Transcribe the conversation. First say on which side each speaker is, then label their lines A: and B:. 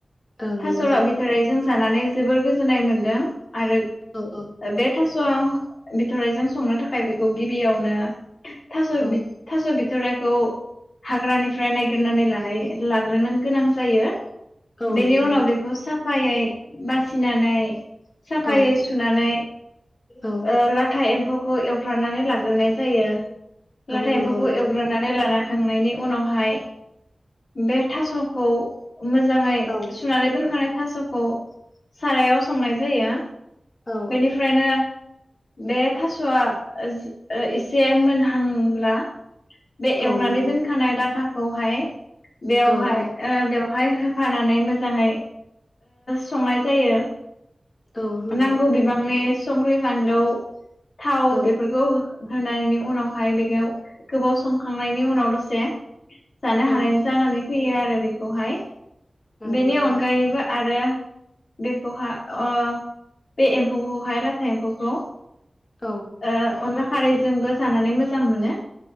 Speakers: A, on the left (about 35°); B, on the left (about 75°).
A: औ
B: थास'
A: नंगौ
B: बिथ'रायजों जानानै जोबोर गो जोननाय मोन्दों। आरो
A: औ औ
B: बे थास' स' बिथ'राइजों संनो थाखाय बेखौ खौ गिबियावनो - थास'
A: औ
B: बिथ' थास' बिथ'राइ खौ हाग्रानिफ्राय नायगिरनानै लानाय लाग्रोनो गोनां जायो।
A: औ
B: बेनि
A: नंगौ
B: उनाव
A: नोंथां
B: बेखौ साफ साफायै बासिनानै साफायै
A: औ
B: सुनानै
A: औ
B: ओ लाथा एम्फौखौ एव एवफानानै लाग्रोनाय जायो। लाथा
A: औ नंगौ
B: एम्फौखौ
A: नोंथां
B: एवग्रोनानै लाना खांनायनि उनावहाय बे थास'खौ मोजाङै
A: औ
B: सुनानै दोनखानाय थास'खौ सारायाव संनाय जायो।
A: औ
B: बेनिफ्रायनो बे थास'आ ओ एसे मोनहांब्ला बे एवनानै
A: औ नंगौ
B: दोनखानाय ला थाखौहाय बेवहाय
A: औ औ
B: ओ बेव हाय होफानानै मोजाङै संनाय जायो।
A: औ नंगौ
B: नांगौ बिबांनि संख्रै फानलौ थाव
A: औ
B: बेफोरखौ हो होनायनि उनावहाय बेखौ गोबाव संखांनायनि उनाव दसे। जानो हानायनि
A: औ
B: जानानै। होयो आरो बेखौहाय
A: औ
B: बेनि
A: नंगौ
B: अनगायैबो आरो। बेखौहा ओ बे एम्फौखौहाय लाथा एम्फौखौ।
A: औ
B: ओह अनला खारैजोंबो जानानै मोजां मोनो।